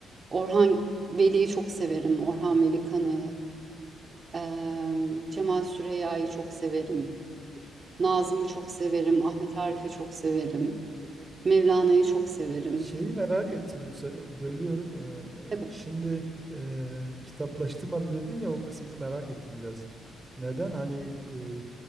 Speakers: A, on the right; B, on the right.
A: Orhan Veli'yi çok severim. Orhan Veli Kanık'ı. Eee, Cemal Süreyya'yı çok severim. Nazım'ı çok severim. Ahmet Arif'i çok severim. Mevlana'yı çok severim.
B: Şeyi merak ettim, sö- bölüyorum. Ee,
A: Tabii.
B: e, Şimdi e, kitaplaştırmadı dedin ya o kısmını merak ettim biraz. Neden? Hani e,